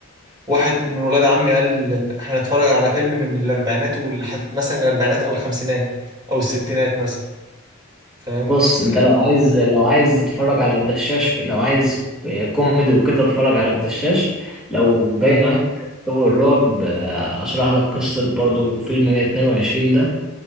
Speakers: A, on the right; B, in the centre.
A: واحد من ولاد عمي قال احنا نتفرج على فيلم من الأربعينات ولحد مثلا الأربعينات أو الخمسينات أو الستينات مثلا فاهم
B: بص انت
A: آه،
B: لو عايز لو عايز تتفرج على الدشاش في لو عايز كوميدي وكده اتفرج على الدشاش لو
A: مم.
B: جاي معاك جو الرعب آه، اشرح لك قصة برضو فيلم 122 ده